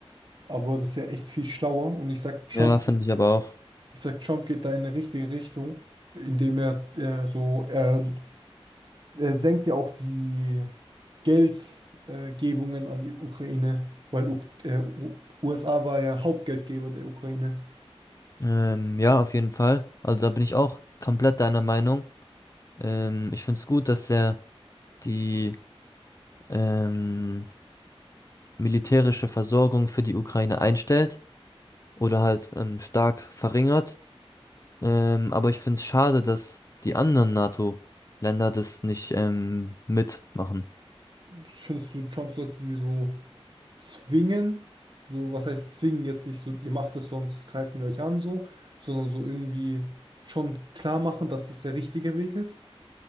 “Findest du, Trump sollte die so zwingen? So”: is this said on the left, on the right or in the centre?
Right